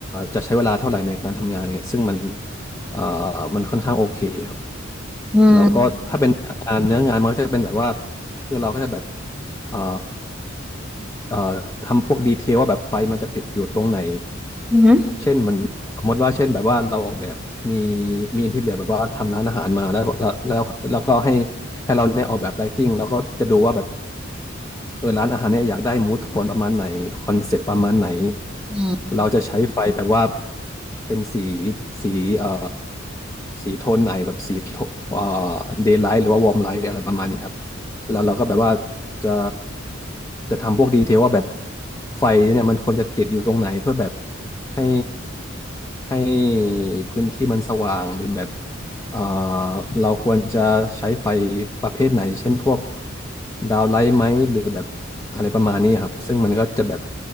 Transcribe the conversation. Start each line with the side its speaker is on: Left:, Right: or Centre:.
Left: จะใช้เวลาเท่าไหร่ในการทำงานอะไรเงี้ยซึ่งมันเอ่อมันค่อนข้างโอเคครับ
Centre: อืม
Left: แล้วก็ถ้าเป็นงานเนื้องานมันก็จะเป็นแบบว่าคือเราก็จะแบบเอ่อ เอ่อทำพวกดีเทลว่าแบบไฟมันจะติดอยู่ตรงไหน
Centre: อืม
Left: เช่นมันสมมติว่าเช่นแบบว่าเราออกแบบมีมีอินทีเรียแบบว่าทำร้านอาหารมาแล้วแล้วแล้วแล้วก็ให้ให้เราเนี่ยออกแบบไลติ้งแล้วก็จะดูว่าแบบ เออร้านอาหารเนี่ยอยากได้มูดโทนประมาณไหนคอนเซปต์ประมาณไหน
Centre: อืม
Left: เราจะใช้ไฟแบบว่าเป็นสีสีเอ่อสีโทนไหนแบบสีโทเอ่อเดย์ไลท์หรือว่าวอร์มไลท์อะไรประมาณนี้ครับแล้วเราก็แบบว่าจะจะทำพวกดีเทลว่าแบบไฟเนี่ยมันควรจะติดอยู่ตรงไหนเพื่อแบบให้ให้พื้นที่มันสว่างหรือแบบ เอ่อเราควรจะใช้ไฟประเภทไหน เช่นพวกดาวไลท์ไหมหรือแบบอะไรประมาณนี้ครับ ซึ่งมันก็จะแบบ